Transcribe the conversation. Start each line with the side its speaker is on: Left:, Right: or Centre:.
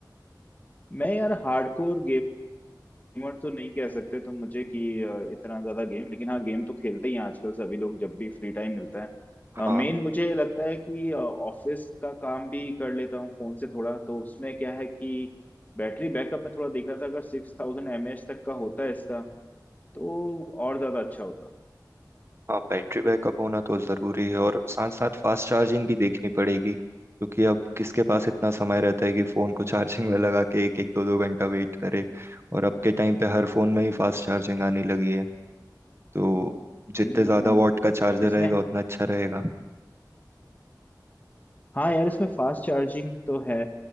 Left: मैं यार हार्डकोर गेमर तो नहीं कह सकते तुम मुझे कि अ, इतना ज्यादा गेम लेकिन हाँ गेम तो खेलते ही हैं आजकल सभी लोग जब भी फ्री टाइम मिलता है
Right: हाँ
Left: मेन मुझे लगता है कि ऑफिस का काम भी कर लेता हूँ फोन से थोड़ा तो उसमें क्या है कि बैटरी बैकअप में थोड़ा देख रहा था अगर सिक्स थाउजेंड एम एच तक का होता है इसका तो और ज्यादा अच्छा होता
Right: हाँ बैटरी बैकअप होना तो जरूरी है और साथ साथ फास्ट चार्जिंग भी देखनी पड़ेगी क्योंकि अब किसके पास इतना समय रहता है कि फोन को चार्जिंग में लगा के एक एक दो दो घंटा वेट करे और अब के टाइम पे हर फोन में ही फास्ट चार्जिंग आने लगी है तो जितने
Left: हम्म
Right: ज्यादा वॉट का चार्जर
Left: इसमें
Right: रहेगा उतना अच्छा रहेगा
Left: हाँ यार इसमें फास्ट चार्जिंग तो है